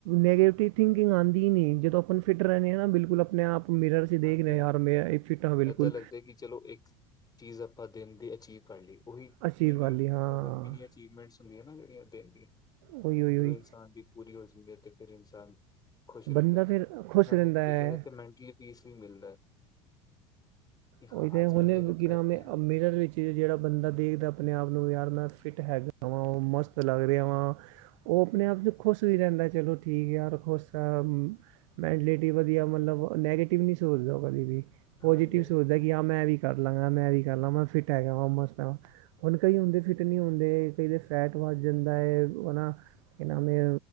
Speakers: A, on the right (about 70°); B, on the left (about 25°).
A: ਨੈਗੇਟਿਵ ਥਿੰਕਿੰਗ ਆਂਦੀ ਨੀ ਜਦੋਂ ਆਪਾਂ ਫਿੱਟ ਰਹਿੰਦੇ ਹਾਂ ਨਾ ਬਿਲਕੁਲ ਆਪਣੇ ਆਪ ਮਿਰਰ ਅਸੀ
B: ਹਾਂਜੀ
A: ਦੇਖ ਰਹੇ ਆ
B: ਹਾਂਜੀ
A: ਯਾਰ ਮੈਂ ਫਿਟ ਹਾਂ ਬਿਲਕੁਲ।
B: ਏਦਾਂ ਲੱਗਦਾ ਕਿ ਚਲੋ ਇੱਕ ਚੀਜ਼ ਆਪਾਂ ਦਿਨ ਦੀ ਅਚੀਵ ਕਰ ਲਈਏ ਉਹੀ
A: ਅਚੀਵ
B: ਮਿੰਨੀ
A: ਵਾਲੀ। ਹਾਂ
B: ਅਗਰ ਮਿਨੀ ਅਚੀਵਮੈਂਟਸ ਹੁੰਦੀਆਂ ਨਾ ਜਿਹੜੀਆਂ ਦਿਨ ਦੀ
A: ਉਹੀ ਉਹੀ
B: ਅਗਰ
A: ਉਹੀ
B: ਓ ਇਨਸਾਨ ਦੀ ਪੂਰੀ ਹੋ ਜਾਂਦੀ ਹੈ ਤੇ ਫਿਰ ਇਨਸਾਨ ਖੁਸ਼ ਰਹਿੰਦਾ
A: ਬੰਦਾ ਫਿਰ ਖੁਸ਼
B: ਤੇ ਸਾਨੂੰ
A: ਰਹਿੰਦਾ
B: ਦੇਖਿਆ
A: ਹੈ,
B: ਜਾ ਤਾਂ ਮੈਂਟਲੀ ਪੀਸ ਵੀ ਮਿਲਦਾ। ਕਿ
A: ਉਹੀ
B: ਹਾਂ
A: ਤੇ
B: ਅੱਜ ਮੈਂ
A: ਹੁਣ
B: ਮਿਹਨਤ
A: ਕੀ
B: ਕਰਕੇ
A: ਨਾਮ ਹੈ
B: ਆਇਆ
A: ਅ ਮਿਰਰ ਵਿੱਚ ਜਿਹੜਾ ਬੰਦਾ ਦੇਖਦਾ ਆਪਣੇ ਆਪ ਨੂੰ ਯਾਰ ਮੈਂ ਫਿੱਟ ਹੈਗਾ ਵਾ ਉਹ ਮਸਤ ਲੱਗ ਰਿਹਾ ਵਾ। ਉਹ ਆਪਣੇ ਆਪ ਚ ਖੁਸ਼ ਵੀ ਰਹਿੰਦਾ ਚਲੋ ਠੀਕ ਆ ਯਾਰ ਖੁਸ਼ ਆ। ਮੈਂਟਲਿਟੀ ਵਧੀਆ ਮਤਲਬ ਨੈਗੇਟਿਵ ਨੀ ਸੋਚਦਾ ਕਦੇ ਵੀ ਪੋਜ਼ਟਿਵ
B: ਹਾਂਜੀ
A: ਮਤਲਬ ਕਿ ਆ ਮੈਂ ਵੀ ਕਰ ਲਾ ਮੈਂ ਵੀ ਕਰ ਲਾ ਮੈਂ ਫਿੱਟ ਹੈਗਾ ਵਾ ਮਸਤ ਆ। ਹੁਣ ਕਈ ਹੁੰਦੇ ਫਿੱਟ ਨੀ ਹੁੰਦੇ ਕਈ ਦੇ ਫੈਟ ਵੱਧ ਜਾਂਦਾ ਹੈ ਹਨਾ। ਕਿ ਨਾਮ ਏ